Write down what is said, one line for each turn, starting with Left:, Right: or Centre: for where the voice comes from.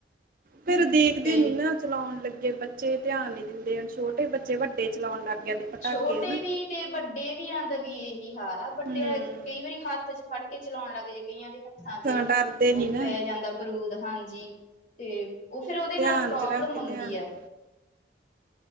Right: ਫੇਰ ਦੇਖਦੇ
Left: ਕਈ
Right: ਨੀ ਨਾ ਚਲਾਉਣ ਲੱਗੇ ਬੱਚੇ ਧਿਆਨ ਨੀ ਦਿੰਦੇ ਨ ਛੋਟੇ ਬੱਚੇ ਵੱਡੇ ਚਲਾਉਣ ਲੱਗ ਜਾਂਦੇ ਪਟਾਕੇ
Left: ਛੋਟੇ
Right: ਹਨਾ
Left: ਵੀ ਤੇ ਵੱਡੇ ਵੀ ਦਾ ਵੀ ਇਹੀ ਹਾਲ ਆ ਵੱਡੇ
Right: ਹੂੰ।
Left: ਕਈ ਵਾਰੀ ਹੱਥ ਚ ਫੜ ਕੇ ਚਲਾਉਣ ਲੱਗ ਜਏ ਕਈਆਂ ਦੇ ਹੱਥਾਂ ਚ
Right: ਡਰਦੇ ਨੀ
Left: ਉਹ
Right: ਨਾ।
Left: ਪੈ ਜਾਂਦਾ ਬਰੂਦ ਹਾਂਜੀ ਤੇ ਉਹ ਫੇਰ ਉਹਦੇ
Right: ਧਿਆਨ
Left: ਨਾਲ ਪ੍ਰੋਬਲਮ
Right: ਚ ਰੱਖ ਕੇ
Left: ਆਉਂਦੀ
Right: ਧਿਆਨ ਹੂੰ।
Left: ਐ